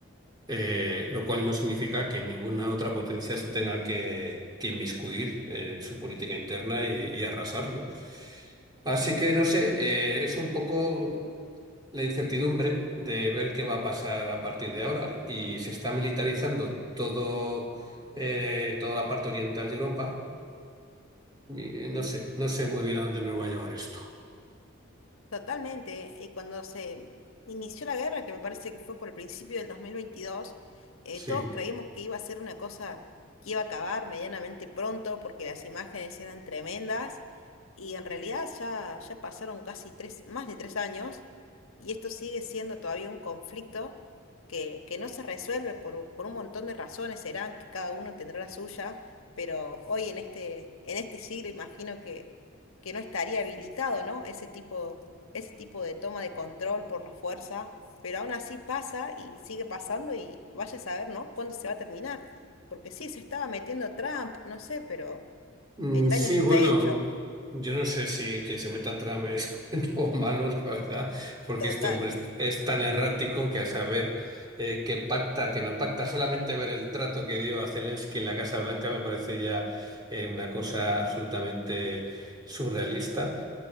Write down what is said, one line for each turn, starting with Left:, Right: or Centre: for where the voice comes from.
Right: eh, lo cual no significa que ninguna otra potencia se tenga que, que inmiscuir en su política interna y, y arrasarlo. Así que, no sé, eh, es un poco la incertidumbre de ver qué va a pasar a partir de ahora. Y se está militarizando todo, eh, toda la parte oriental de Europa. Eh, No sé, no sé muy bien a dónde nos va a llevar esto.
Left: Totalmente. Y cuando se inició la guerra, que me parece que fue por el principio del 2022, eh,
Right: Sí.
Left: todos creímos que iba a ser una cosa que iba a acabar medianamente pronto porque las imágenes eran tremendas. Y en realidad ya, ya pasaron casi tres, más de tres años y esto sigue siendo todavía un conflicto que, que no se resuelve por, u- por un montón de razones. Serán que cada uno tendrá la suya, pero hoy en este, en este siglo imagino que, que no estaría habilitado, ¿no? Ese tipo ese tipo de toma de control por la fuerza, pero aún así pasa y sigue pasando y vaya a saber, ¿no? ¿Cuándo se va a terminar? Porque sí, se estaba metiendo Trump, no sé, pero
Right: Mm,
Left: el
Right: Sí,
Left: daño ya
Right: bueno,
Left: está hecho.
Right: yo no sé si que se meta Trump es <laughs> bueno o malo, la verdad, porque
Left: Total.
Right: este hombre es, es tan errático que a saber eh, que pacta, que no pacta, solamente ver el trato que dio a Zelensky en la Casa Blanca me parece ya eh, una cosa absolutamente surrealista.